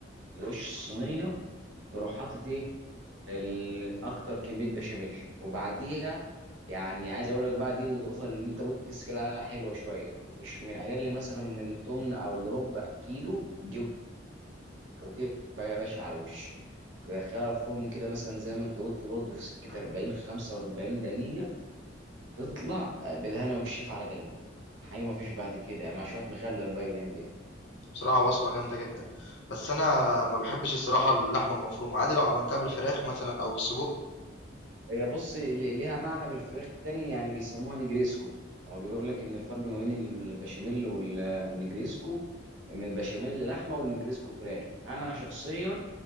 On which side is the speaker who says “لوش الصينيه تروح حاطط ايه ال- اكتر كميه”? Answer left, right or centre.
Right